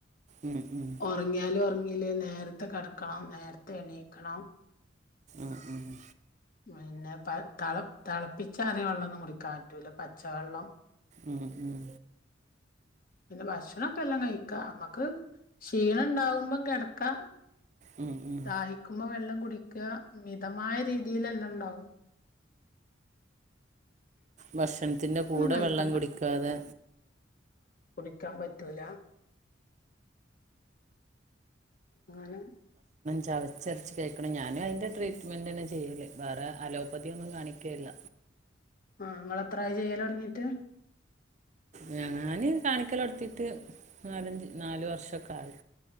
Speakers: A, on the right; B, on the left.
A: ഉം, ഉം.
B: ഉറങ്ങിയാലും ഉറങ്ങില്ലേലും നേരത്തെ കെട ക്കണം നേരത്തെണീക്കണം
A: മ് മ്
B: പിന്നെ പ ത തെ തെളപ്പിച്ചാറിയ വള്ളാന്നും കുടിക്കാൻ പറ്റൂല പച്ചവെള്ളം
A: ഉം, ഉം.
B: പിന്നെ ഭക്ഷണംക്കെ എല്ലാം കഴിക്കാ അമ്മുക്ക് ക്ഷീണം ഉണ്ടാവുമ്പം കെടക്കാം
A: ഉം, ഉം.
B: ദാഹിക്കുമ്പോം വെള്ളം കുടിക്ക മിതമായ രീതിയിലെല്ലാം ഇണ്ടാവും
A: ഭക്ഷണത്തിന്റെ കൂടെ
B: കഴിക്കണ്ട
A: വെള്ളം കുടിക്കാതെ
B: ക്കാൻ പറ്റൂല അങ്ങനെ
A: ചവച്ചരച്ച് കഴിക്കണം ഞാനും അതിന്റെ ട്രീറ്റ്മെൻ്റെന്നെ ചെയ്യല് വേറെ അലോപ്പതിന്നും കാണിക്കല്ല
B: ആ നിങ്ങളെത്ര ആയി ചെയ്യല് തൊടങ്ങിട്ട്
A: ഞാന് കാണിക്കലൊടുത്തിട്ട് നാലഞ്ച് നാലു വർഷൊക്കെ ആയി